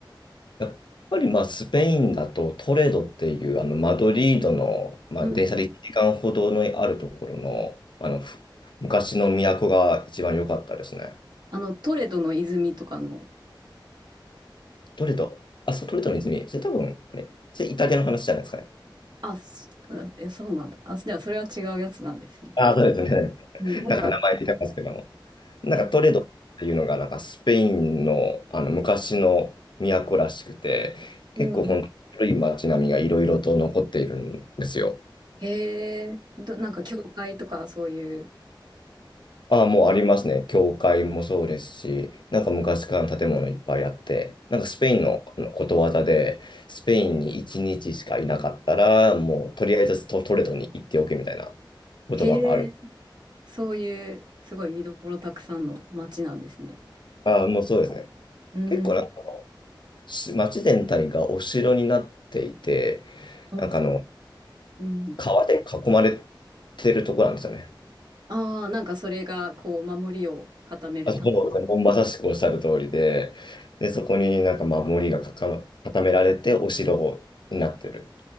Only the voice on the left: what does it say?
やっぱりまあスペインだとトレドっていうあのマドリードの、まあ、
電車で1時間ほどのあるところの、あのふ昔の都が一番良かったですね。
トレド、あ、そう、トレドの泉、それ多分、あれ、それイタリアの話じゃないですかね。
ああ、そうですね。<laughs>
なんか名前出てますけども。なんかトレドっていうのがなんかスペインの、
あの昔の都らしくて、
結構本当に古い街並みがいろいろと残っているんですよ。
ああ、もうありますね。教会もそうですし、なんか昔からの建物いっぱいあって、なんかスペインのあのことわざで、スペインに1日しかいなかったら、もうとりあえずト、トレドに行っておけみたいな言葉がある。
ああ、もうそうですね。
結構なんかし街全体がお城になっていて、
なんかあの、
川で囲まれてるところなんですよね。
あ、そうですね。もうまさしくおっしゃる通りで、で、そこになんか守りがかか固められてお城になってる。